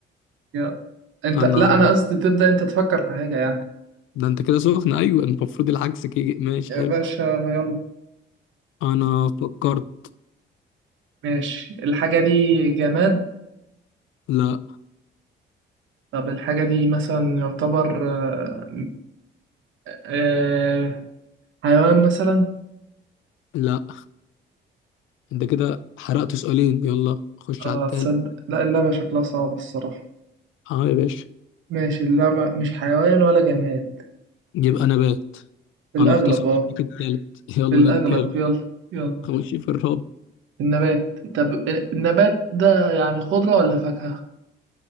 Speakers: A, on the right; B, on the left.
A: يلا انت
B: انا
A: لا انا قصدي تبدأ انت تفكر في حاجة يعني
B: ده انت كده سخن ايوه المفروض العكس كده ماشي
A: يا
B: حلو
A: باشا يلا
B: انا فكرت
A: ماشي الحاجة دي جماد
B: لا
A: طب الحاجة دي مثلا يعتبر آه، آه، حيوان مثلا
B: لا انت كده حرقت سؤالين يلا خش
A: اه
B: على التالت
A: تصدق لا اللعبة شكلها صعبة الصراحة
B: اه يا باشا
A: ماشي اللعبة مش حيوان ولا جماد
B: يبقى نبات
A: في الأغلب
B: انا اختصرت
A: اه
B: بيك التالت <laughs> يلا
A: في الأغلب
B: ده التالت
A: يلا يلا
B: خش في الرابع
A: النبات طب النبات ده يعني خضرة ولا فاكهة؟